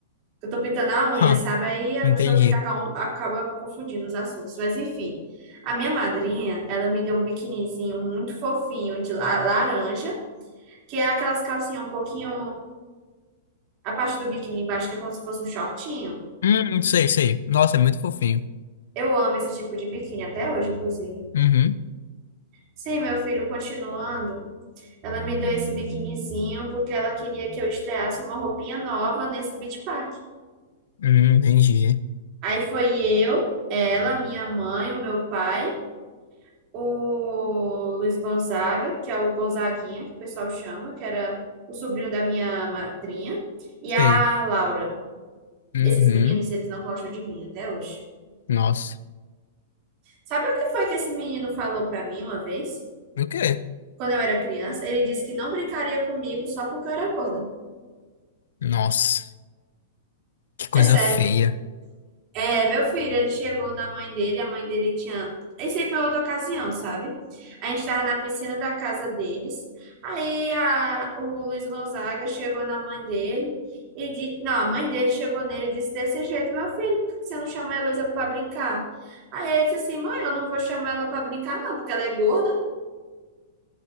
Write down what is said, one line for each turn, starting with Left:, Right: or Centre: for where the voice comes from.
Right: Eu tô pintando a
Left: <laughs>
Right: unha,
Left: Hã,
Right: sabe? Aí a
Left: entendi.
Right: pessoa fica acaba, acaba confundindo os assuntos. Mas enfim, a minha madrinha, ela me deu um biquinizinho muito fofinho de la- laranja que é aquelas calcinhas um pouquinho. A parte do biquíni embaixo, que é como se fosse um shortinho.
Left: Hum, sei, sei. Nossa, é muito fofinho.
Right: Eu amo esse tipo de biquíni, até hoje, inclusive.
Left: Uhum.
Right: Sim, meu filho, continuando, ela me deu esse biquinizinho porque ela queria que eu estreasse uma roupinha nova nesse beach park.
Left: Hum, entendi.
Right: Aí foi eu, ela, minha mãe, o meu pai, o Luiz Gonzaga, que é o Gonzaguinha, que o pessoal chama, que era o sobrinho da minha madrinha, e
Left: Sei.
Right: a Laura.
Left: Uhum.
Right: Esses meninos, eles não gostam de mim até hoje.
Left: Nossa.
Right: Sabe o que foi que esse menino falou pra mim uma vez?
Left: O quê?
Right: Quando eu era criança, ele disse que não brincaria comigo só porque eu era gorda.
Left: Nossa, que coisa
Right: É sério.
Left: feia.
Right: É, meu filho, ele chegou na mãe dele, a mãe dele tinha. Isso aí foi outra ocasião, sabe? A gente tava na piscina da casa deles. Aí a- o Luiz Gonzaga chegou na mãe dele e di... Não, a mãe dele chegou nele e disse desse jeito, meu filho, por que você não chamou a Heloísa pra brincar? Aí ele disse assim, mãe, eu não vou chamar ela pra brincar, não, porque ela é gorda.